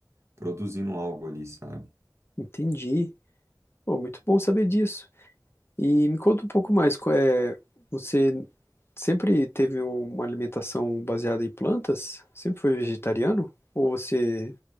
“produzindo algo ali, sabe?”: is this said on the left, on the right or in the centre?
Right